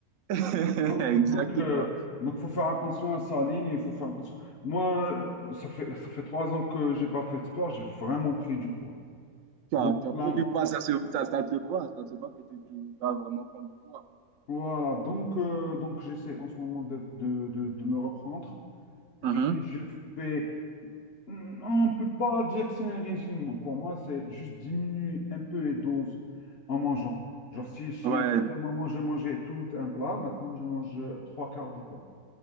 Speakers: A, on the right; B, on the left.
A: <laughs>
B: Donc,
A: Exactement.
B: donc, euh, donc, faut faire attention à sa ligne, il faut faire attention. Moi, euh, ça fait, ça fait trois ans que j'ai pas fait de sport, j'ai vraiment pris du poids.
A: tu
B: Donc
A: as, tu as
B: là,
A: pris du poids, ça se, ça, ça te voit, ça se voit que tu, tu vas vraiment prendre du poids.
B: Voilà, donc, euh, donc j'essaie en ce moment de, de, de, de me reprendre. Et
A: Mhm.
B: puis je fais... Non, on ne peut pas dire que c'est un régime. Pour moi, c'est juste diminuer un peu les doses en mangeant. Genre si, si
A: Ouais,
B: à un certain moment, je mangeais tout un plat, maintenant je mange euh, trois quarts du plat.